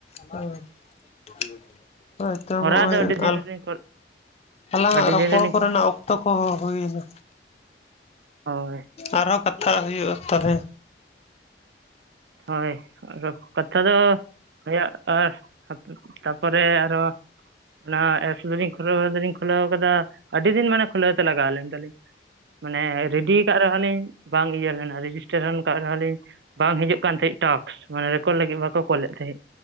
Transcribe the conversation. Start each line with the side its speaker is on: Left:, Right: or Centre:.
Left: ᱦᱳᱭ <unintelligible> ᱦᱳᱭᱛᱚ
Right: ᱠᱚᱨᱟᱣ
Left: ᱦᱚᱸᱜᱼᱚᱭ
Right: ᱫᱚ ᱟᱹᱰᱤ ᱫᱤᱱ
Left: ᱟᱞ
Right: ᱨᱮᱞᱤᱧ
Left: ᱟᱞᱟᱝᱟᱜ
Right: ᱟᱹᱰᱤ
Left: ᱨᱚᱯᱚᱲ
Right: ᱫᱤᱱ ᱨᱮᱞᱤᱧ
Left: ᱠᱚᱨᱮᱱᱟᱜ ᱚᱠ ᱛᱚ ᱠᱚᱦᱚᱸ ᱦᱩᱭᱱᱟ᱾
Right: ᱦᱳᱭ
Left: ᱟᱨᱦᱚᱸ ᱠᱟᱛᱷᱟᱜ ᱦᱩᱭᱩᱜᱼᱟ ᱛᱟᱞᱦᱮ᱾
Right: ᱦᱳᱭ ᱟᱫᱚ ᱠᱟᱛᱷᱟ ᱫᱚ ᱦᱩᱭᱩᱜ ᱟᱨ ᱛᱟᱯᱚᱨᱮ ᱟᱨᱚ ᱚᱱᱟ ᱮᱯᱥ ᱫᱚᱞᱤᱧ ᱠᱷᱩᱞᱟᱹᱣ ᱫᱚᱞᱤᱧ ᱠᱷᱩᱞᱟᱹᱣ ᱠᱟᱫᱟ ᱟᱹᱰᱤ ᱫᱤᱱ ᱢᱟᱱᱮ ᱠᱷᱩᱞᱟᱹᱣ ᱛᱮ ᱞᱟᱜᱟᱣ ᱞᱮᱱ ᱛᱟᱞᱤᱧ᱾ ᱢᱟᱱᱮ ᱨᱮᱰᱤᱭ ᱠᱟᱜ ᱨᱮᱦᱚᱸᱞᱤᱧ ᱵᱟᱝ ᱤᱭᱟᱹ ᱞᱮᱱᱟ ᱨᱮᱡᱤᱥᱴᱮᱥᱚᱱ ᱠᱟᱜ ᱨᱮᱦᱚᱸ ᱞᱤᱧ ᱵᱟᱝ ᱦᱤᱡᱩᱜ ᱠᱟᱱ ᱛᱟᱦᱮᱸᱜ ᱴᱟᱠᱥ ᱢᱟᱱ ᱨᱮᱠᱚᱰ ᱞᱟᱹᱜᱤᱫ ᱵᱟᱠᱚ ᱠᱚᱞᱮᱫ ᱛᱟᱦᱮᱸᱫ᱾